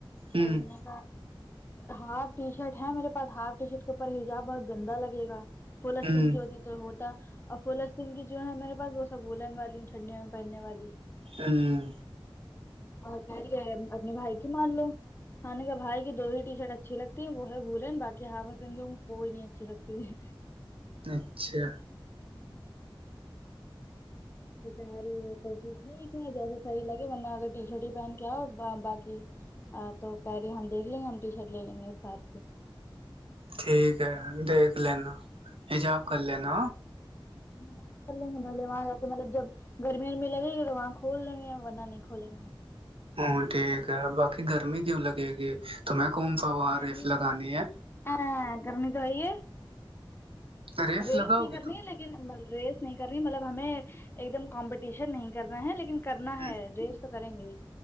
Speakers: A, on the left (about 25°); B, on the right (about 85°).
A: تو
B: ہوں
A: نے ہاف ٹی شرٹ ہے میرے پاس ہاف ٹی شرٹ کے اوپر ہیجاب بہت گندا لگے گا فولا
B: ہوں
A: سنگ جو ہوتی تو ہوتا اور فلسن کی جو ہے میرے پاس وہ سبولن والی ٹنڈوں میں پہننے والی
B: ہوں
A: ہاں اور کہہ رہی ہے اپنے بھائی کی مان لو ہاں نے کہ بھائی کی دو ہی ٹی شرٹ اچھی لگتی ہے وہ ہے بھولے بای ہا ہس گ کوئی نہیں اچھی لگتی ہے
B: اچھا
A: ہوں بتا رہی ہے تو پھر ٹھیک ن جیسے صحیح لگے ورنہ اگر ٹی شرٹ ہی پہن کے آؤ باقی آ تو کہہ رہی ہم دیکھ لیں گے ہم ٹی شرٹ لے لیں گے پھر ساتھ کے
B: ٹھیک ہے دیکھ لینا حجاب کر لینا
A: بات کر لیں گے بلے وہاں تو مطلب جب گرمی گرمی لگے گی تو وہاں کھول دیں گے ورنہ نہیں کھولیں گے
B: ہوں ٹھیک ہے باقی گرمی کیوں لگے گی توم کومفا
A: نہیں
B: رف لگانی ہے
A: ہاں کرنی تو آئی ہے
B: ریس
A: ریت
B: لگاؤ
A: نہیں کرنی
B: گے تم
A: لیکن ریس نہیں کرنی مطلب ہمیں ایک دم کمپٹیشن نہیں کرنا ہے لیکن کرنا
B: ہ
A: ہے ری تو کریں گے